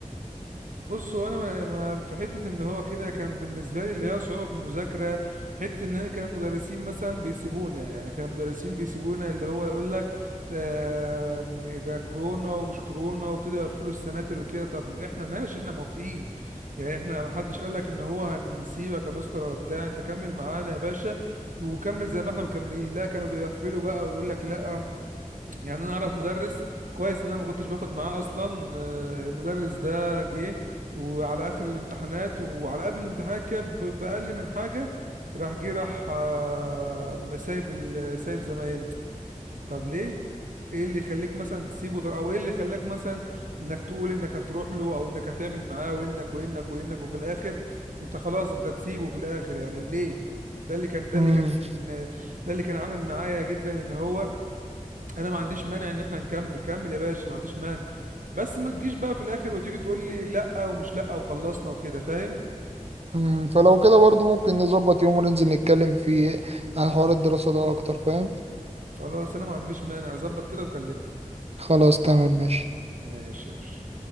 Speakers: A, on the right (about 75°); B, on the right (about 50°).
A: بص هو انا ما- ما- في حته ان هو كده كان بالنسبه لي اللي هي صعوبه في المذاكره حته ان انا كان المدرسين مثلا بيسيبونا يعني كان المدرسين بيسيبونا اللي هو يقول لك آه ده كورونا ومش كورونا وابتدوا يقفلوا السناتر وكده طب احنا ماشي احنا موافقين يعني احنا ما حدش قال لك ان هو هنسيبك يا مستر ولا بتاع انت كمل معانا يا باشا وكمل زي ما احنا مكملين لا كانوا بيقفلوا بقى ويقول لك لا يعني انا اعرف مدرس كويس ان انا ما كنتش باخد معاه اصلا آه، المدرس ده جه وعلى اخر الامتحانات وعلى قبل الامتحانات كده ب- باقل من حاجه راح جه راح آه، سايب ال- سايب زمايلنا طب ليه ايه اللي يخليك مثلا تسيبه طب- او ايه اللي خلاك مثلا انك تقول انك هتروح له او انك هتعمل معاه وانك وانك وانك وفي الاخر انت خلاص انت تسيبه في الاخر يعني ليه ده اللي كان ده
B: وكده
A: اللي كان ده اللي كان عامل معايا جدا ان هو انا ما عنديش مانع ان احنا نكمل كمل يا باشا ما عنديش مانع بس ما تجيش بقى في الاخر وتيجي تقول لي لا ومش لا وخلصنا وكده فاهم
B: مم، فلو كده برضو ممكن نظبط يوم وننزل نتكلم فيه عن حوار الدراسة ده أكتر فاهم
A: خلاص انا ما عنديش مانع اظبط كده وكلمني
B: خلاص تمام ماشي
A: ماشي يا باشا